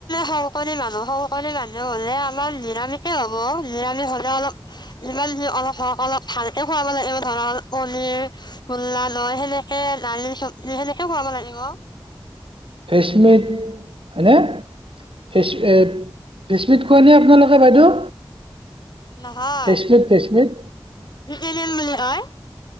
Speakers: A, on the left (about 50°); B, on the right (about 80°).
A: শংকৰী মানুহ শংকৰী মানুহ হলে। আমাৰ নিৰামষে হ'ব নিৰামিষ হ'লে অলপ যিমান য অলপ হওঁক অলপ ভালকে খুৱাব লাগিব ধৰ পনীৰ মূললা নৈ সেনেকে দালি চবজি সেনেকে খুৱাব লাগিব।
B: ফেচমিট হয়নে। ফেচ এ বিস্মিত খোৱা নে আপোনালোকে বাইদেউ।
A: নহয়
B: ভেজমিট ভেজমিট
A: এ এল হয় <unintelligible>